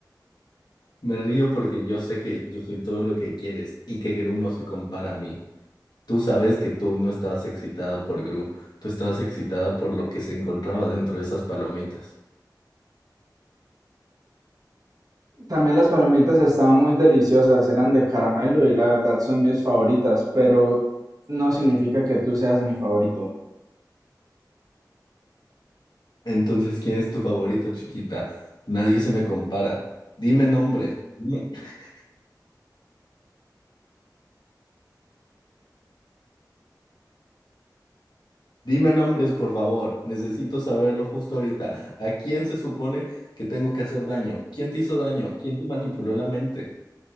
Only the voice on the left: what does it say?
me río porque yo sé que yo soy todo lo que quieres y que Gru no se compara a mí. Tú sabes que tú no estabas excitada por Gru, tú estabas excitada por lo que se encontraba dentro de esas palomitas.
Entonces, ¿quién es tu favorito, chiquita? Nadie se me compara. Dime nombres. Dime, <laughs> dime nombres, por favor. Necesito saberlo justo ahorita. ¿A quién se supone que tengo que hacer daño? ¿Quién te hizo daño? ¿Quién te manipuló la mente?